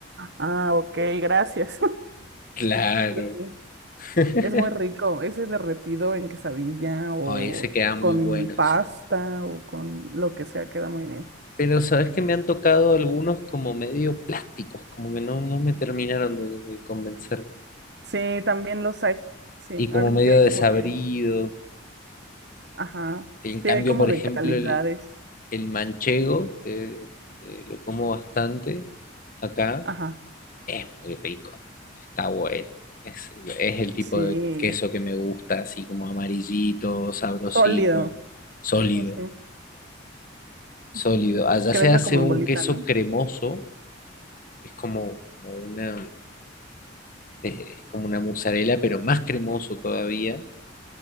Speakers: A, on the right (about 60°); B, on the left (about 45°).
A: ah, ok, gracias. <laughs>
B: Claro.
A: Pero sí,
B: <laughs>
A: es muy rico, ese derretido en quesadilla o
B: Ahí se queda muy
A: con
B: bueno,
A: pasta
B: sí.
A: o con lo que sea, queda muy bien.
B: Pero sabes que me han tocado algunos como medio plásticos, como que no, no me terminaron de, de convencer.
A: Sí, también los hay. Sí,
B: Y como
A: ahora
B: medio
A: sí que hay
B: desabrido.
A: como que, ajá,
B: En cambio,
A: sí hay como
B: por
A: de
B: ejemplo,
A: calidades.
B: el, el manchego, que, que lo como bastante acá,
A: Ajá,
B: es muy rico. Está bueno. Es, es el tipo
A: sí,
B: de queso que me gusta, así como amarillito, sabrosito,
A: sólido,
B: sólido,
A: no sé.
B: sólido.
A: ujú,
B: Allá
A: Que
B: se
A: venga
B: hace
A: como
B: un
A: en bolita,
B: queso
A: ¿no?
B: cremoso, que es como, como una eh, es como una mozzarella, pero más cremoso todavía